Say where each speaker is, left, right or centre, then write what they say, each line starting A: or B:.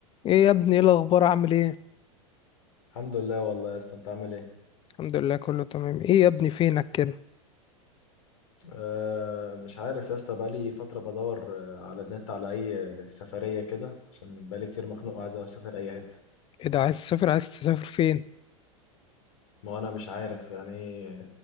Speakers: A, on the left; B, on the left.
A: ايه يا ابني ايه الاخبار عامل ايه
B: الحمد لله والله يا اسطى انت عامل ايه
A: الحمد لله كله تمام ايه يا ابني فينك كده
B: أه مش عارف يا اسطى بقالي فتره بدور آه، على النت على اي آه، سفريه كده عشان بقالي كتير مخنوق وعايز اسافر اي حته
A: ايه ده عايز تسافر عايز تسافر فين
B: ما انا مش عارف يعني